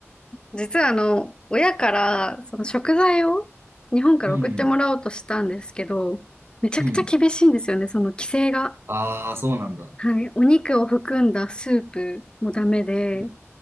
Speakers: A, on the left (about 20°); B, on the right (about 60°).
A: 実はあの、親からその食材を日本から送ってもらおうとしたんですけど、
B: うん、
A: めちゃくちゃ厳しいんですよね、
B: うん。
A: その規制が。
B: ああ、そうなんだ。
A: はい。お肉を含んだスープもダメで、
B: うん。